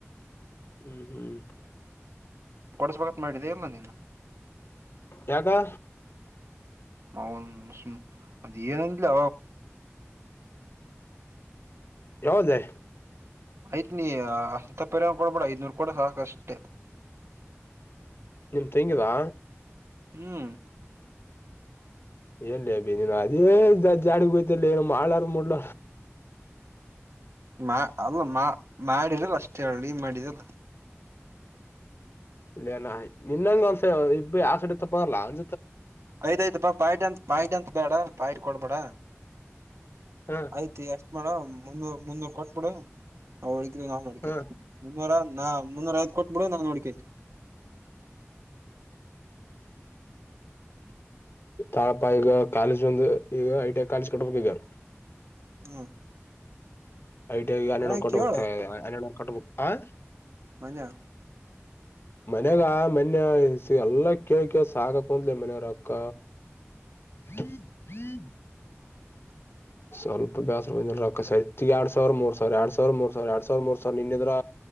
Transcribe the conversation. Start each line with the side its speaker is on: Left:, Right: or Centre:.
Left: ಹ್ಮ್- ಹ್ಮ್
Right: ಕೊಡ್ಸ್ಬೇಕಕ್ ಮಾಡಿದ್ದ ಇಲ್ಲ ನೀನು.
Left: ಯಾಕಾ
Right: ಹೌ-ನ್ -ಅದ ಏನಂದಿಲ್
Left: ಯಾವ್ದೇ.
Right: ಆಯ್ತ್ -ನೀ -ಅ- ಪರಿ ಕೊಡಬೇಡ ಐದನೂರು ಕೂಡ ಸಾಕ ಅಷ್ಟೆ.
Left: ನಿಮ್ ತೆಂಗಿದಾ
Right: ಹ್ಮ್-
Left: ಎಲ್ಲಿ ಬನು ಅದೇ ಜಾಡ್ ಹೋಯ್ತಲ್ಲ ಏನು ಮಾಡಳಾರಡ್ಲ.
Right: ಮಾ -ಅಲ್ಲ- ಮಾ- ಮಾಡಿದಲ್ಲ ಅಷ್ಟ ಹೇಳಿ ಮಾಡಿದಲ್ಲ.
Left: ಇಲ್ಲಲ್ಲ ನಿನ್ನಂಗ ಒಂದ್ ಇಬ್ -ಯ -ಸಡಿ ತಪ್ಪಲ್ಲ- ಅ-
Right: ಆಯ್ತಾಯಯ್ತಪ್ಪಾ ಪಾಯಡ್ ಅಂತತ್ ಪಾಯಡ್ ಅಂತ ಬೇಡ ಪಾಯಿಡ್ ಕೊಡ್ಬೇಡ.
Left: ಹಾ
Right: ಆಯ್ತು ಎಷ್ಟ ಮಾಡ ಮುನ್ನೂ ಮುನ್ನೂರು ಕೊಟ್ಬಿಡು ಅವಳಿಗೆ. ನಾ- ನೋಡ್ಕ
Left: ಹಾ
Right: ಮುನ್ನೂರ ನಾ ಮುನ್ನೂರ ಐದ್ ಕೊಟ್ ಬಿಡು ನ-ನೋಡ್ಕುನಿ.
Left: ತಾಳಪ್ಪ ಈಗ ಕಾಲೇಜ್ ಒಂದು <inaudible> ಈ- ಐಟ ಕಾಲ ಕಡಗಾರ್
Right: ಹ್ಮ್
Left: ಐಟ ಹನ್ನೋ
Right: ಮನ್ಯಾಗ
Left: ಕೊಟ್ಟ
Right: ಕೇಳ
Left: ಹೋಗ್ತ ಹನ ಕೊಟ್ಟ -ಹಾ-
Right: ಮನ್ನ
Left: ಮನ್ಯಾಗ ಮನ್ಯ ಎಲ್ಲ ಕೇಳ್ ಸಾಕಕ್ ಕುಂದ್ಲಿ ಮನೆಯವ್ರ ಅಕ್ಕ. ಹ್ಮ - <inaudible> ಹ್ಮ್
Right: ಯ್ <inaudible>
Left: ಸ್ವಲ್ಪ ಬೇಸ್ರ ಎರಡ್ ಸಾವಿರ ಮೂರ್ ಸಾವಿರ ಎರಡ್ ಸಾವಿರ ಮೂರ್ ಸಾವಿರ ಎರಡ್ ಸಾವರ ಮೂರ್ ಸಾವಿರ ನಿನ್ನಿದ.